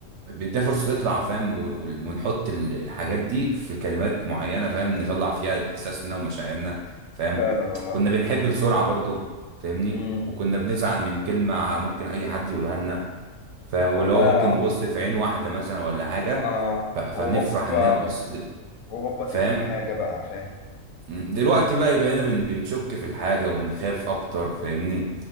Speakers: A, on the right; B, on the left.
A: بنديها فرصه تطلع فاهم و- و- ونحط ال- الحاجات دي في كلمات معينه فاهم نطلع فيها احساسنا ومشاعرنا فاهم
B: فعلا والله
A: كنا بنحب بسرعه برضو فاهمني
B: امم
A: وكنا بنزعل من كلمه ممكن اي حد يقولها لنا فاهم
B: والله
A: واللي هو ممكن نبص في عين واحده مثلا ولا حاجه
B: اه
A: ف- فنفرح
B: وهوبا
A: ان هي بصت لنا
B: وهوبا تكتب
A: فاهم
B: حاجه بقى فاهم
A: مم. دلوقتي بقى بقينا بن بنشك في الحاجة وبنخاف أكتر فاهمني